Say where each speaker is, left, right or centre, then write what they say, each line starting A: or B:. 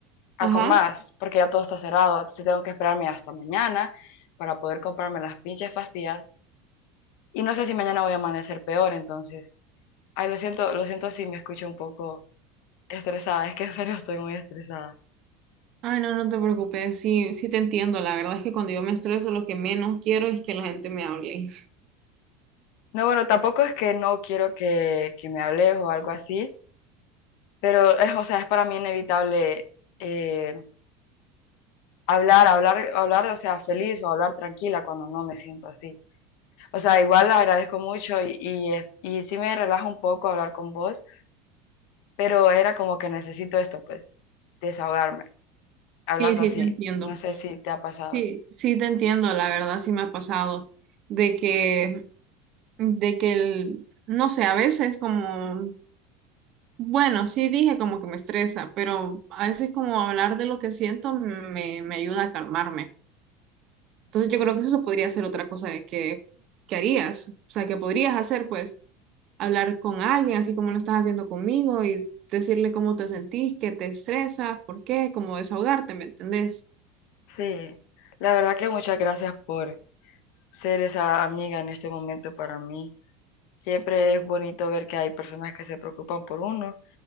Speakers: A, on the left; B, on the right.
A: a
B: ajá.
A: con más, porque ya todo está cerrado. Entonces tengo que esperarme hasta mañana para poder comprarme las pinches pastillas. Y no sé si mañana voy a amanecer peor, entonces. Ay, lo siento, lo siento si me escucho un poco estresada. <laughs> Es que en serio estoy muy estresada.
B: Ay, no, no te preocupes, sí, sí te entiendo. La verdad es que cuando yo me estreso, lo que menos quiero es que la gente me hable. <laughs>
A: No, bueno, tampoco es que no quiero que, que me hables o algo así, pero es, o sea, es para mí inevitable eh, hablar, hablar, hablar, o sea, feliz o hablar tranquila cuando no me siento así. O sea, igual agradezco mucho y, y, eh, y sí me relaja un poco hablar con vos, pero era como que necesito esto, pues, desahogarme, hablando
B: Sí, sí
A: así.
B: te entiendo.
A: No sé si te ha pasado.
B: Sí, sí te entiendo, la verdad sí me ha pasado de que, de que el, no sé, a veces como, bueno, sí dije como que me estresa, pero a veces como hablar de lo que siento me, me ayuda a calmarme. Entonces yo creo que eso podría ser otra cosa de que, que harías, o sea, que podrías hacer, pues. hablar con alguien, así como lo estás haciendo conmigo, y decirle cómo te sentís, qué te estresa, por qué, como desahogarte, ¿me entendés?
A: Sí, la verdad que muchas gracias por ser esa amiga en este momento para mí. Siempre es bonito ver que hay personas que se preocupan por uno